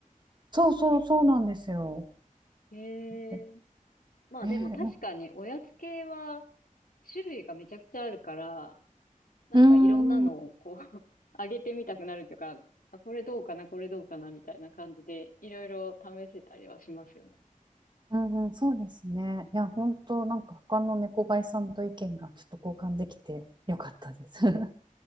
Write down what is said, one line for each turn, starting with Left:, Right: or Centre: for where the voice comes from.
Right: そうそうそうなんですよ。
Left: へえ。
Right: え
Left: まあでも確かにおやつ系は
Right: ね、
Left: 種類がめちゃくちゃあるから、なんかいろんなのをこう
Right: うーん、う
Left: <laughs> 上げてみたくなるというか、あ、これどうかな、これどうかな、みたいな感じで、いろいろ試せたりはしますよね。
Right: んうん、そうですね。いや、本当なんか他の猫飼いさんと意見がちょっと交換できてよかったです。<laughs>